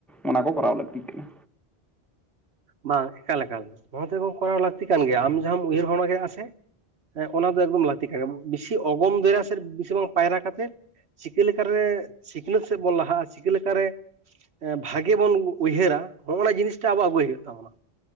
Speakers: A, in the centre; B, on the right (about 75°).
A: ᱚᱱᱟ ᱠᱚ ᱠᱚᱨᱟᱣ ᱞᱟᱹᱠᱛᱤᱜ ᱠᱟᱱᱟ᱾
B: ᱵᱟᱝ ᱮᱠᱟᱞ-ᱮᱠᱟᱞ ᱱᱚᱣᱟ ᱛᱮᱫᱚ ᱠᱚᱨᱟᱣ ᱞᱟᱹᱠᱛᱤ ᱠᱟᱱ ᱜᱮᱭᱟ ᱟᱢ ᱡᱟᱦᱟᱸᱢ ᱩᱭᱦᱟᱹᱨ <unintelligible> ᱠᱟᱜᱼᱟ ᱥᱮ ᱦᱮᱸ ᱚᱱᱟ ᱫᱚ ᱮᱠᱫᱚᱢ ᱞᱟᱹᱛᱤ ᱠᱟ ᱜᱮ ᱵᱮᱥᱤ ᱚᱜᱚᱢ ᱫᱚᱭᱨᱟ ᱥᱮᱫ ᱵᱤᱥᱤ ᱵᱟᱝ ᱯᱟᱭᱨᱟ ᱠᱟᱛᱮ ᱪᱤᱠᱟᱹ ᱞᱮᱠᱟ ᱨᱮ ᱥᱤᱠᱷᱱᱟᱹᱛ ᱥᱮᱫ ᱵᱚᱱ ᱞᱟᱦᱟᱜᱼᱟ ᱪᱤᱠᱟᱹ ᱞᱮᱠᱟ ᱨᱮ? ᱮᱸ ᱵᱷᱟᱜᱮ ᱵᱚᱱ ᱩ-ᱩᱭᱦᱟᱹᱨᱟ ᱦᱚᱜᱼᱚᱱᱟ ᱡᱤᱱᱤᱥ ᱴᱟ ᱟᱵᱚ ᱟᱹᱜᱩᱭ ᱦᱩᱭᱩᱜ ᱛᱟᱵᱚᱱᱟ ᱾